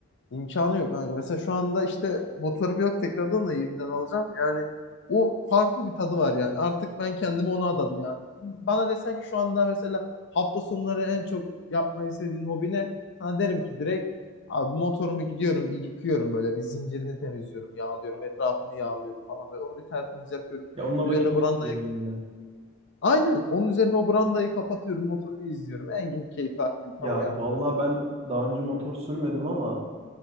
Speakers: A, on the left; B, on the right.
A: İmkanı yok kanka. Mesela şu anda işte motorum yok tekrardan da yeniden alacağım. Yani o farklı bir tadı var yani. Artık ben kendimi ona adadım yani. Bana desen ki şu anda mesela hafta sonları en çok yapmayı sevdiğin hobi ne? Sana derim ki direkt abi motorumu gidiyorum bir yıkıyorum böyle bir zincirini temizliyorum, yağlıyorum, etrafını yağlıyorum falan böyle onu bir tertemiz yapıyorum.
B: Ya onunla
A: Üzerine
B: vakit
A: brandayı
B: geçiriyorum yine.
A: aynen onun üzerine o brandayı kapatıyorum, motoru bir izliyorum. En keyifli aktivitem
B: Ya
A: o yani
B: vallahi
A: artık.
B: ben daha önce motor sürmedim ama